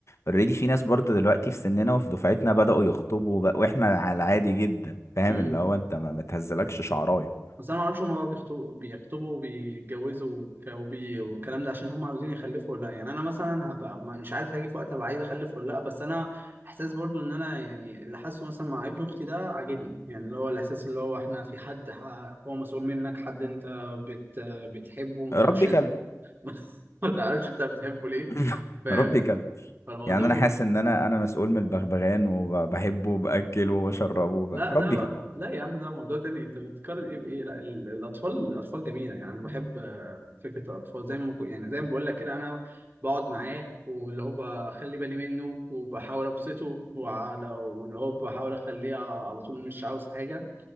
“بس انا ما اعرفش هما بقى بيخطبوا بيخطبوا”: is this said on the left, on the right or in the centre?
Right